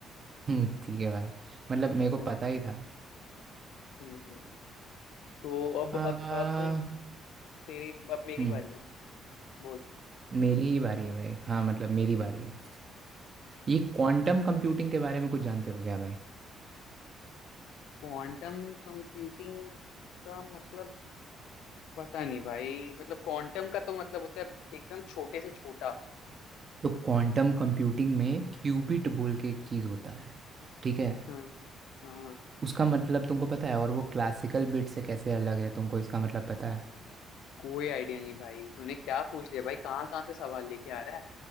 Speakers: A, on the right; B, on the left.
A: हम्म, ठीक है भाई मतलब मेरे को
B: तो
A: पता ही था
B: हम्म हम्म। तो अब
A: आ,
B: अब अब तेरी अब मेरी
A: हम्म
B: बारी है ना बोल
A: मेरी ही बारी है भाई हाँ मतलब मेरी बारी है ये क्वांटम कंप्यूटिंग के बारे में कुछ जानते हो क्या भाई
B: क्वांटम कंप्यूटिंग का मतलब पता नहीं भाई मतलब क्वांटम का तो मतलब होता है एकदम छोटे से छोटा
A: तो क्वांटम कंप्यूटिंग में क्यूबिट बोल के एक चीज़ होता है ठीक है
B: हाँ हाँ
A: उसका मतलब तुमको पता है और वो क्लासिकल बिट से कैसे अलग है तुमको इसका मतलब पता है
B: कोई आइडिया नहीं भाई तूने क्या पूछ लिया भाई कहाँ कहाँ से सवाल लेके आ रहा है